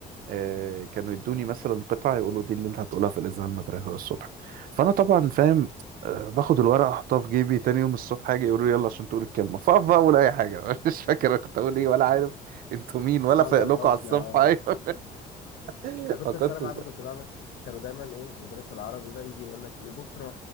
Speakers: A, on the right; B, on the left.
A: آه، كانوا يدوني مثلا قطعه يقولوا دي اللي انت هتقولها في الاذاعه المدرسه الصبح فانا طبعا فاهم آه، باخد الورقه احطها في جيبي تاني يوم الصبح حاجه يقولوا لي يلا عشان تقول الكلمه فاقف بقى اقول اي حاجه <laughs> مش فاكر أنا كنت اقول ايه ولا عارف انتوا مين ولا
B: اسمع
A: فايق
B: الله
A: لكم
B: الحسنى
A: على الصبح
B: اه
A: ايوه <laughs>
B: انا كنت
A: ما كنتش
B: السنه بعمل
A: ده.
B: كنت بعمل كانوا دايما ايه مدرس العربي ده يجي يقول لك ايه بكره